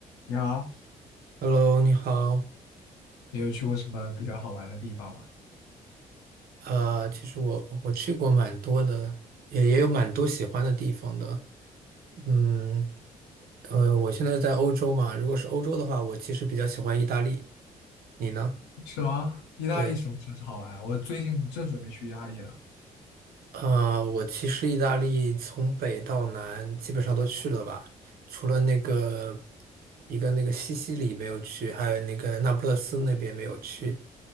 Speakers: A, on the left (about 80°); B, on the right (about 60°).
A: 你好，
B: Hello，你好。
A: 你有去过什么比较好玩的地方吗？
B: 呃，其实我我去过蛮多的，也也有蛮多喜欢的地方的。嗯，呃，我现在在欧洲嘛，如果是欧洲的话，我其实比较喜欢意大利。你呢？
A: 是吗？意大利什么城市好玩啊？
B: 对，
A: 我最近正准备去意大利呢，
B: 呃，我其实意大利从北到南基本上都去了吧，除了那个一个那个西西里没有去，还有那个那不勒斯那边没有去。